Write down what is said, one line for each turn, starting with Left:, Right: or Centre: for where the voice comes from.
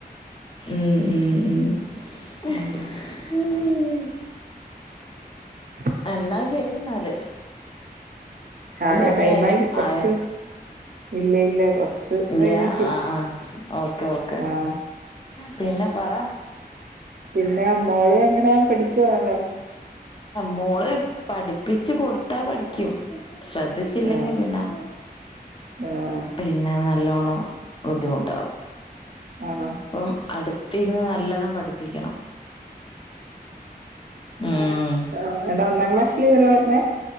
Left: ഉം ഉ
Right: ഉം
Left: ഉ
Right: <inaudible>
Left: എന്നാ ശരി എന്നാല്.
Right: ആഹ്
Left: സമയ
Right: ടൈമായി
Left: ആയ
Right: കുറച്ച്
Left: ആയോ?
Right: ഇല്ല ഇല്ല കൊറച്ച്
Left: ഇല്ല
Right: കഴിഞ്ഞിട്ട്
Left: ആഹ ആഹ ഓക്കെ ഓക്കെ,
Right: ആഹ്
Left: പിന്നെ പറ!
Right: പിന്നെ മോളും എങ്ങനെ പഠിക്കുവാല്ലേ!
Left: മോള് പഠിപ്പിച്ച് കൊടുത്താ പഠിക്കും. ശ്രദ്ധിച്ചല്ലെങ്കിൽ
Right: ആഹ്
Left: പിന്നെ
Right: ആഹ്
Left: പിന്നെ നല്ലോണം ബുദ്ധിമുട്ടാവും,
Right: ആണോ
Left: അപ്പം അടുത്തിരുന്ന് നല്ലോണ്ണം പഠിപ്പിക്കണം, ഉം
Right: ആ എന്താ ഒന്നാം ക്ലാസ് <unintelligible>